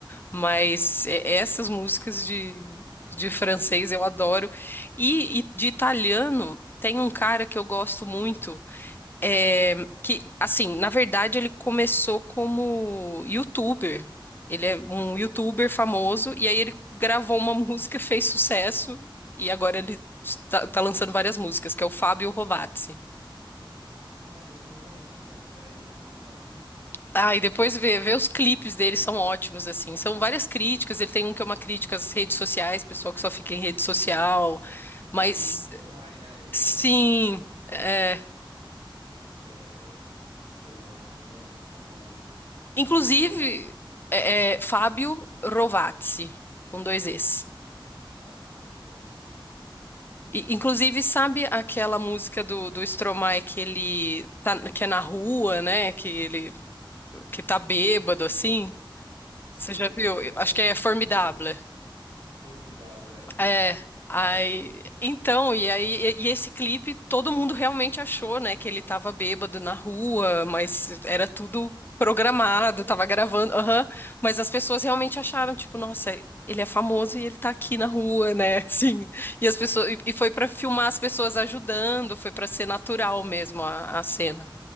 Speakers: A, on the left; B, on the right.
A: mas é- essas músicas de, de francês eu adoro. E, e de italiano tem um cara que eu gosto muito. É, que, assim, na verdade ele começou como youtuber. Ele é um youtuber famoso e aí ele gravou uma <laughs> música, fez sucesso e agora ele tá, tá lançando várias músicas, que é o Fábio Rovazzi.
B: Nossa, esse eu não conheço, então. Peraí, deixa eu anotar aqui.
A: Ah, e
B: Eu...
A: depois vê, vê os clipes dele, são ótimos, assim. São várias críticas, ele tem um que é uma crítica às redes sociais, pessoal que só fica em rede social. Mas,
B: Que é que nem do Stromae, né? Ele tem
A: sim,
B: uma também.
A: é,
B: É, Esqueci agora, mas é uma bem famosa dele.
A: inclusive,
B: Como que é? Fra-
A: é, é, Fábio Rovazzi, com dois Es.
B: Ah, Robots.
A: E, Inclusive, sabe aquela música do, do Stromae que ele tá, que é na rua, né? Que ele que tá bêbado assim?
B: Sei,
A: Você já viu?
B: é,
A: Eu Acho que é Formidable.
B: sei. Formidável, é.
A: É, aí,
B: Adoro essa música.
A: então, e aí, e e esse clipe, todo mundo realmente achou, né, que ele tava bêbado na rua, mas era tudo programado,
B: Sério?
A: tava gravando, aham, mas as pessoas realmente acharam, tipo, nossa, ele é famoso e ele tá aqui na rua, né, <laughs> assim, e as pessoas, e e foi pra filmar as pessoas ajudando, foi pra ser natural mesmo a, a cena.